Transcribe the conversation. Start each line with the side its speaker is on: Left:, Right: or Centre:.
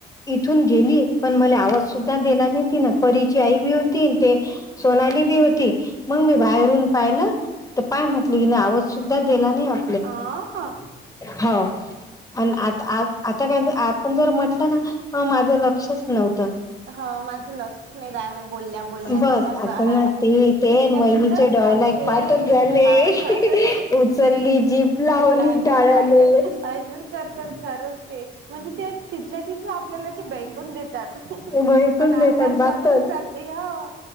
Left: इथून गेली पण मला आवाज सुद्धा दिला नाही ति ना परीची आई बी होती ते सोनाली बी होती मग मी बाहेरून पाय ना तर पाय म्हटलं की ना आवाज सुुद्धा दिला नाही वा
Right: अ हा.
Left: हो आणि आता आ आता काय आपण जर म्हटलं ना माझं लक्षच नव्हतं
Right: हा माझं लक्षच नाही राहणं बोलण्या बोलण्यात
Left: बस
Right: असं
Left: आता
Right: आहे
Left: ना ते ते
Right: तिथल्या
Left: वहिनीचे
Right: तिथंच
Left: डॉयला
Right: हाव
Left: एक
Right: स
Left: पाठच झाले
Right: हाव खर
Left: उचलली जीप लावली
Right: लाली
Left: टाळ्याले
Right: टार असज कर खर ते म्हणजे ते तिथल्या तिथ आपल्याला बेकून देतात अ
Left: भैकून
Right: आपल्याला
Left: देतात बातच
Right: समजून जाते ह